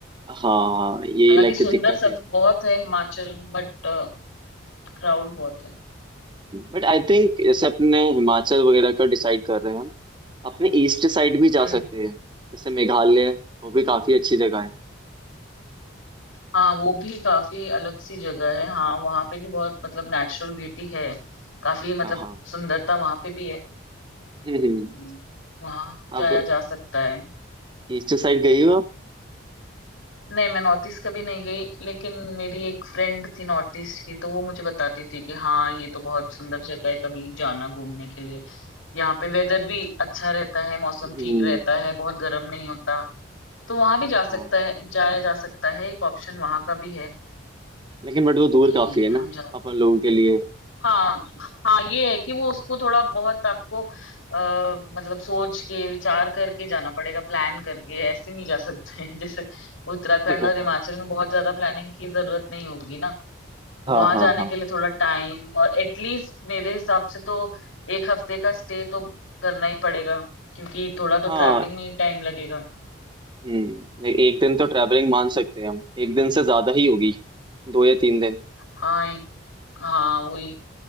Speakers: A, on the right; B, on the left.
A: हाँ यही
B: हालांकि
A: लाइक
B: सुंदर
A: दिक्कत
B: सब
A: है
B: बहुत है हिमाचल बट क्राउड बहुत है
A: बट आई थिंक जैसे अपने हिमाचल वगैरह का डिसाइड कर रहे हैं हम अपने ईस्ट साइड भी जा
B: हम्म
A: सकते हैं जैसे मेघालय वो भी काफी अच्छी जगह है
B: हाँ वो भी काफी अलग सी जगह है हाँ वहाँ पे भी बहुत मतलब नेचुरल ब्यूटी है काफी मतलब
A: हाँ हाँ
B: सुंदरता वहाँ पे भी है
A: हम्म
B: हम्म, वहाँ
A: आप
B: जाया जा सकता है
A: ईस्ट साइड गई हो
B: नहीं मैं नॉर्थ ईस्ट कभी नहीं गई लेकिन मेरी एक फ्रेंड थी नॉर्थ ईस्ट की तो वो मुझे बताती थी कि हाँ ये तो बहुत सुंदर जगह है कभी जाना घूमने के लिए यहाँ पे वेदर भी अच्छा रहता है मौसम
A: हम्म
B: ठीक रहता है बहुत गर्म नहीं होता तो वहां भी जा
A: हाँ
B: सकता है जाया जा सकता है एक ऑप्शन वहां का भी है
A: लेकिन बट वो दूर
B: कि
A: काफी है
B: हम
A: ना
B: जा
A: अपन लोगों के लिए
B: हाँ हाँ ये है कि वो उसको थोड़ा बहुत आपको आ, मतलब सोच के विचार करके जाना पड़ेगा प्लान करके ऐसे नहीं जा सकते <laughs> जैसे उत्तराखंड
A: <laughs>
B: और हिमाचल में बहुत ज्यादा प्लानिंग की जरूरत नहीं होगी ना
A: हाँ
B: वहां
A: हाँ
B: जाने
A: हाँ
B: के लिए थोड़ा टाइम और एटलीस्ट मेरे हिसाब से तो एक हफ्ते का स्टे तो करना ही पड़ेगा क्योंकि थोड़ा तो
A: हाँ
B: ट्रैवलिंग में ही टाइम लगेगा
A: हम्म ए- एक दिन तो ट्रैवलिंग मान सकते हैं हम एक दिन से ज्यादा ही होगी दो या तीन दिन
B: हाँ एक- हाँ वही